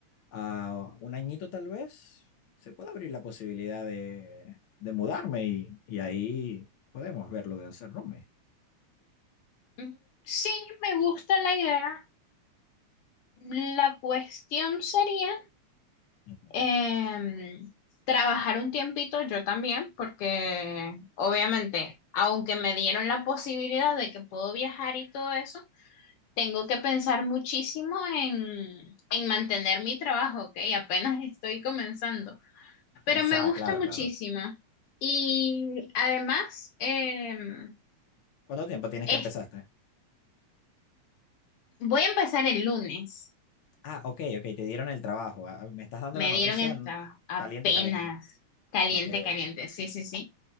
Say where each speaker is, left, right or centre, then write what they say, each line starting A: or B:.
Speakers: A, on the left; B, on the left.
A: a un añito tal vez, se puede abrir la posibilidad de, de mudarme y, y ahí podemos ver lo de hacer roomie.
B: Mm, Sí, me gusta la idea. La cuestión sería
A: Ujú.
B: em,
A: <laughs>
B: trabajar un tiempito yo también, porque obviamente, aunque me dieron la posibilidad de que puedo viajar y todo eso, tengo que pensar muchísimo en, en mantener mi trabajo, ¿ok? Apenas <laughs> estoy comenzando, pero
A: O sea,
B: me gusta
A: claro,
B: muchísimo.
A: claro.
B: Y además, em,
A: ¿Cuánto tiempo tienes
B: es-
A: que empezaste?
B: voy a empezar el lunes.
A: Ah, ok, ok, te dieron el trabajo. Ah, Me estás dando
B: Me
A: la noticia
B: dieron el
A: n-
B: trabajo apenas.
A: caliente, caliente.
B: Caliente,
A: Ok,
B: caliente,
A: ok.
B: sí, sí, sí.